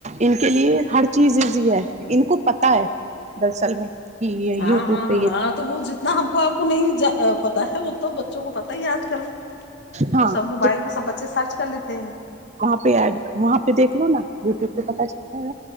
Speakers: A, on the right (about 35°); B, on the left (about 60°).
A: ان کے لیے ہر چیز ایزی ہے ان کو پتا ہے دراصل میں کی یہ
B: ہاں
A: یو ٹیوب پہ
B: ہاں
A: یہ
B: ہاں وہ جتنا ہم کو آپ کو نہیں جا پتا ہے وہ تو با بچوں کو پتا ہی ہے آج کل
A: ہاں
B: وہ سب موبائل
A: تو
B: پہ سب بچے سرچ کر لیتے ہیں
A: وہاں پہ ایڈ وہاں پہ دیکھ لو نا یوٹیوب پہ پتا چلتا ہے